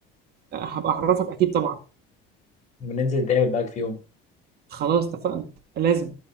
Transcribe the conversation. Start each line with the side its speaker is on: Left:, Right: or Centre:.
Right: هبقى اعرفك اكيد طبعا
Left: بننزل نتقابل بقى في يوم
Right: خلاص اتفقنا لازم